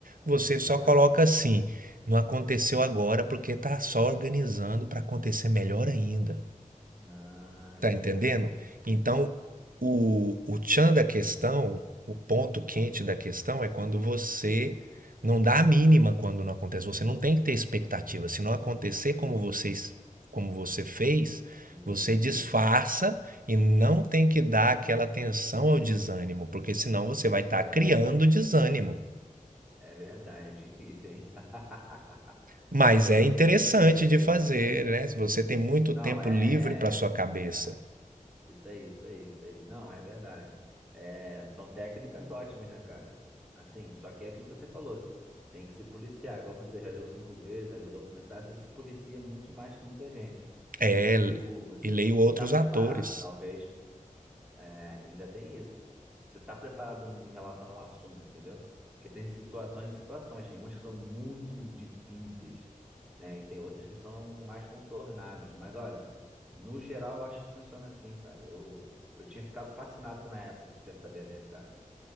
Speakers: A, on the right; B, in the centre.
A: Você
B: exatamente.
A: só coloca assim: "Não aconteceu agora, porque tá só organizando para acontecer melhor ainda".
B: Ah, é
A: Tá
B: verdade.
A: entendendo? Então, o, o tchan da questão, o ponto quente da questão é quando você não dá a mínima quando não acontece. Você não tem que ter expectativa. Se não acontecer como você, como você fez,
B: Isso,
A: você disfarça
B: isso.
A: e não tem que dar aquela atenção ao desânimo, porque senão você
B: Hum,
A: vai estar
B: <laughs> é,
A: criando desânimo.
B: é verdade, é difícil, hein? <laughs>
A: Mas
B: Dependendo
A: é interessante
B: do que você tá esperando.
A: de fazer, né? Se você tem muito
B: Não,
A: tempo
B: é,
A: livre para sua cabeça.
B: é, é, é. Isso aí, isso aí, isso aí. Não, é verdade. É, são técnicas ótimas, né, cara? Assim, só que é aquilo que você falou. Tem que se policiar. Igual você já leu cinco vezes, já viu documentário, você se policia muito mais que muita gente.
A: É,
B: E, tipo, você
A: e leio outros
B: tá preparado,
A: atores.
B: talvez. É, ainda tem isso. Você tá preparado em relação ao assunto, entendeu? Porque tem situações e situações. Tem umas que são muito difíceis, né? E tem outras que são mais contornáveis. Mas olha, no geral, eu acho que funciona assim, cara. Eu, eu tinha ficado fascinado na época, porque quer saber a verdade.